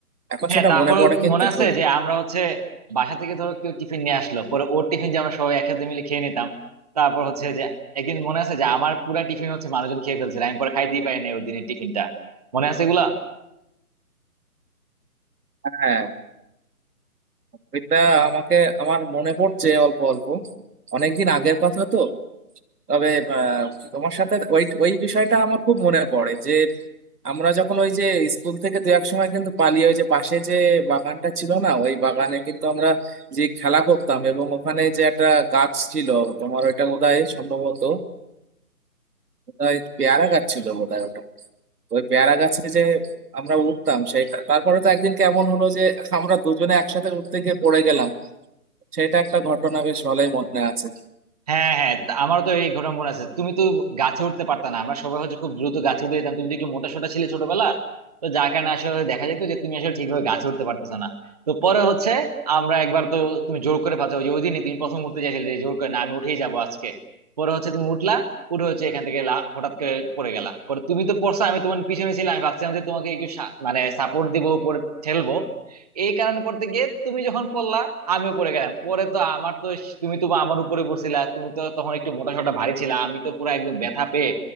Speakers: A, on the right; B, on the right.
A: এখন
B: হ্যাঁ
A: সেটা
B: তারপর
A: মনে পড়ে কিন্তু
B: মনে আছে
A: খুব
B: যে আমরা হচ্ছে বাসা থেকে ধরো কেউ টিফিন নিয়ে আসলো পরে ওর টিফিন যে আমরা সবাই একসাথে মিলে খেয়ে নিতাম তারপর হচ্ছে যে একদিন মনে আছে যে আমার পুরা টিফিন হচ্ছে মানুষজন খেয়ে ফেলছিল আমি পরে খাইতেই পারি না ওই দিনের টিফিনটা মনে আছে এগুলা
A: হ্যাঁ ওইটা আমাকে আমার মনে পড়ছে অল্প অল্প অনেকদিন আগের কথা তো তবে আহ, তোমার সাথে ওই ওই বিষয়টা আমার খুব মনে পড়ে যে আমরা যখন ওই যে স্কুল থেকে দু এক সময় কিন্তু পালিয়ে ওই যে পাশে যে বাগানটা ছিল না ওই বাগানে কিন্তু আমরা যে খেলা করতাম এবং ওখানে যে একটা গাছ ছিল তোমার ওইটা বোধহয় সম্ভবত বোধহয় পেয়ারা গাছ ছিল বোধহয় ওটা তো ওই পেয়ারা গাছে যে আমরা উঠতাম সেটা তারপরে তো একদিন কেমন হলো যে আমরা দুজনে একসাথে উঠতে গিয়ে পড়ে গেলাম সেটা একটা ঘটনা বেশ ভালোই মনে আছে
B: হ্যাঁ হ্যাঁ তা- আমারও তো এই ঘটনা মনে আছে তুমি তো গাছে উঠতে পারতা না আমরা সবাই হচ্ছে খুব দ্রুত গাছে উঠে যেতাম তুমি তো একটু মোটা সোটা ছিলে ছোটবেলা তো যার কারণে আসলে দেখা যেত যে তুমি আসলে ঠিকভাবে গাছে উঠতে পারতেছো না তো পরে হচ্ছে আমরা একবার তো তুমি জোর করে পারছো ওই যে ওই দিনই তুমি প্রথম উঠতে চাইছিলে যে জোর করে না আমি উঠেই যাবো আজকে পরে হচ্ছে তুমি উঠলা উঠে হচ্ছে এখান থেকে লা- হঠাৎ করে পড়ে গেলা পরে তুমি তো পড়ছো আমি তোমার পিছনে ছিলাম আমি ভাবছিলাম যে তোমাকে একটু সা- মানে সাপোর্ট দিব উপরে ঠেলবো এই কারণে করতে গিয়ে তুমি যখন পড়লা আমিও পড়ে গেলাম পরে তো আমার তো তুমি তো আমার উপরে পড়ছিলা তুমি তো তখন একটু মোটা সোটা ভারী ছিলা আমি তো পুরো একদম ব্যথা পেয়ে